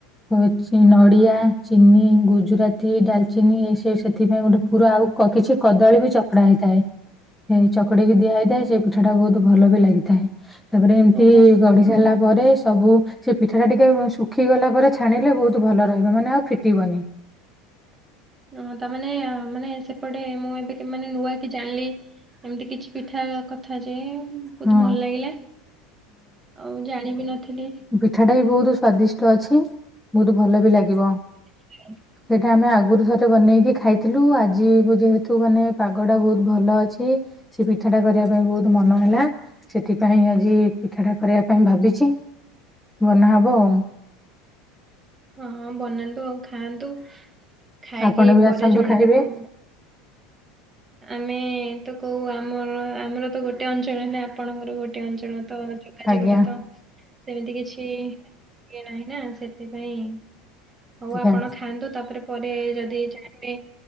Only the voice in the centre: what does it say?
ହୋଉଛି ନଡ଼ିଆ ଚିନି ଗୁଜୁରାତି ଡାଲଚିନି ଗୋସେଥିପାଇଁ ଗୋଟେ ଫୁ ପୁରା ଆଉ କ କିଛି କଦଳୀ ବି ଚକଡା଼ ହେଇଥାଏ ହେ ଚକଡି଼କି ଦିଆ ହେଇଥାଏ ସ୍ ପଠା ଟା ବୋହୁତ ଭଲ ବି ଲାଗିଥାଏ ତାପରେ ଏମିତି
ଗଢ଼ି ସାରିଲା ପରେ ସବୁ ସେ ପିଠା ଟା ଟିକେ ଉଁ ଶୁଖି ଗଲା ପରେ ଛାଣିଲେ ବୋହୁତ ଭଲ ରହିବ ମାନେ ଆଉ ଫିଟିବନି। <inaudible>
ହଁ
ପଠାଟା ବି ବୋହୁତ ସ୍ଵାଦିଷ୍ଟ ଅଛି ବୋହୁତ ଭଲ ବି ଲାଗିବ।
ହେଟା ଆମେ ଆଗରୁ ଥରେ ବନେଇକି ଖାଇଥିଲୁ ଆଜିକୁ ଯେହେତୁ ମାନେ ପାଗଟା ବୋହୁତ ଭଲ ଅଛି। ସେ ପିଠାଟା କରିବା ପାଇଁ ବୋହୁତ ମନ ହେଲା। ସେଥିପାଇଁ ଆଜି ପିଠାଟା କରିବା ପାଇଁ ଭାବିଛି ବନା ହବ ଆଉ।
ଆପଣ ବି
ଆସନ୍ତୁ
ଖାଇବେ
ଆଜ୍ଞା
ଆଜ୍ଞା